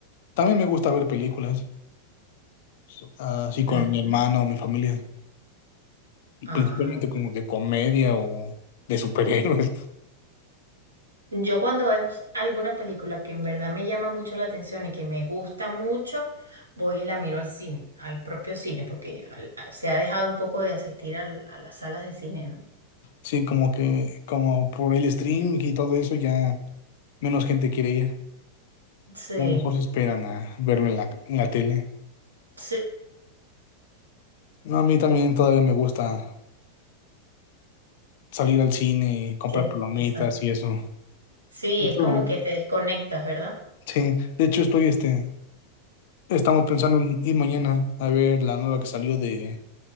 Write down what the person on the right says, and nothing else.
Ujú.
Ah,
yo cuando es alguna película que en verdad me llama mucho la atención y que me gusta mucho, voy y la miro al cine, al propio cine, porque al- a- se ha dejado un poco de asistir al- a las salas de cine, ¿no?
Sí,
sí,
sí,
exacto.
Sí,
es como que te desconectas, ¿verdad?